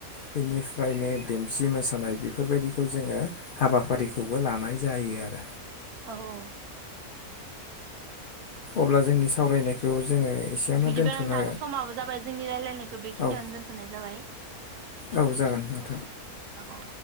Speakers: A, on the left; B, on the right.
A: बेनिफ्रायनो देमसि मोसानाय बेफोरबायदिखौ जोङो हाबाफारिखौबो लानाय जायो आरो
B: औ
A: अब्ला जोंनि सावरायनायखौ जोङो एसेयावनो
B: बिदिबा
A: दोनथ'नो
B: नोंथां समाबो जाबाय जोंनि रायलायनायखौ बेखिनियावनो
A: औ
B: दोनथ'नाय जाबायझ
A: औ जागोन नोंथां
B: औ